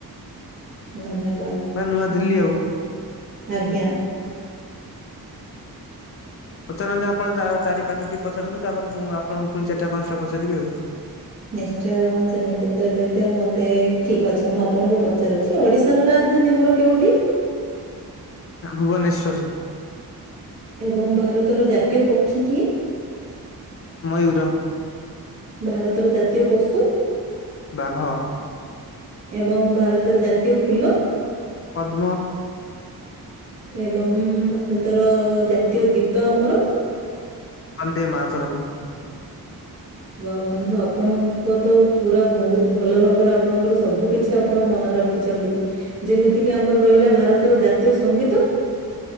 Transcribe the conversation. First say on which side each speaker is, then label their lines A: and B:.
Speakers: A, on the right; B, on the left.
A: ଧନ୍ୟବାଦ
B: ବା ନୂଆଦିଲ୍ଲୀ
A: ଆଉ ଆଜ୍ଞା।
B: ପଚାରନ୍ତୁ ଆପଣ ଯା ଚାରି ପାଞ୍ଚଟି ପଚାରନ୍ତୁ ତାପରେ ମୁଁ ଆପଣଙ୍କୁ ପୁଣି ଚାରିଟା ପାଞ୍ଚଟା ପଚାରିବି ଆଉ।
A: ନିଶ୍ଚୟ ସେମିତିତ ଏବେତ ମତେ ଠିକ୍ ଅଛି ମୁଁ ଆପଣଙ୍କୁ ପଚାରୁଛି। ଓଡିଶାର ରାଜଧାନୀ ଆମର କେଉଁଠି?
B: ଭୁବନେଶ୍ଵର।
A: ଏବଂ ଭାରତର ଜାତୀୟ ପକ୍ଷୀ କିଏ?
B: ମୟୂର।
A: ଭାରତର ଜାତୀୟ ପଶୁ?
B: ବାଘ।
A: ଏବଂ ଭାରତର ଜାତୀୟ ଫୁଲ?
B: ପଦ୍ମ।
A: ଏବଂ ଭାରତର ଜାତୀୟ ଗୀତ ଆମର?
B: ବନ୍ଦେ ମାତରମ୍।
A: ହଁ। ବା ବନ୍ଧୁ ଆପଣଙ୍କତ ପୁରା ବହୁତ୍ ଭଲ ଭାବରେ ଆପଣଙ୍କର ସବୁ କିଛି ଆ ଆପଣ ମନେ ରଖିଛନ୍ତି ଯେମିତିକି ଆମର ରହିଲା ଭାରତର ଜାତୀୟ ସଙ୍ଗୀତ?